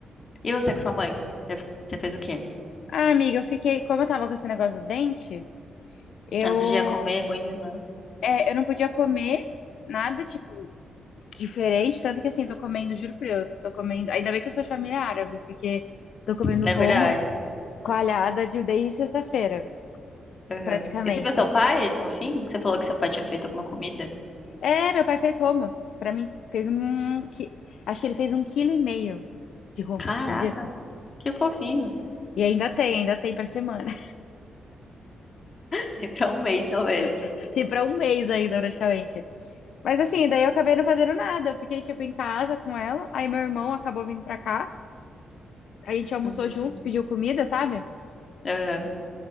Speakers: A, on the left; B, on the left.
A: E você com sua mãe? Você, você fez o quê?
B: Ah, amiga, eu fiquei. Como eu tava com esse negócio do dente, eu.
A: Eu não podia comer muito, né?
B: é, eu não podia comer nada, tipo, diferente. Tanto que, assim, tô comendo, juro por Deus, tô comendo. Ainda bem que eu sou de família árabe, porque tô comendo
A: Não
B: hummus
A: é verdade?
B: coalhada de, desde sexta-feira,
A: Uhum.
B: praticamente.
A: E você viu seu pai no fim? Você falou que seu pai tinha feito alguma comida?
B: É, meu pai fez hummus pra mim. Fez um. qui- Acho que ele fez um quilo e meio de hummus,
A: Caraca,
B: você acredita?
A: que fofinho.
B: E ainda tem, ainda tem pra semana.
A: <laughs> Tem pra um mês, talvez.
B: <laughs> Tem pra um mês ainda, praticamente. Mas assim, daí eu acabei não fazendo nada. Eu fiquei, tipo, em casa com ela. Aí meu irmão acabou vindo pra cá. A gente almoçou
A: Uhum.
B: juntos, pediu comida, sabe?
A: Aham.